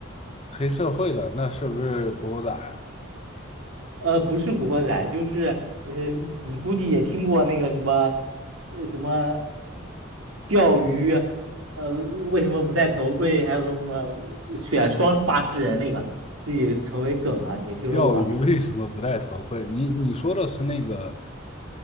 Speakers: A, on the left; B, on the right.
A: 黑社会的，那是不是古惑仔啊？
B: 呃，不是《古惑仔》，就是呃，你估计也听过那个什么，呃，什么钓鱼，呃，为什么不戴头盔？还有什么选双话事人那个，这也成为梗了，你没听说过吧？
A: 钓鱼为什么不戴头盔？你你说的是那个，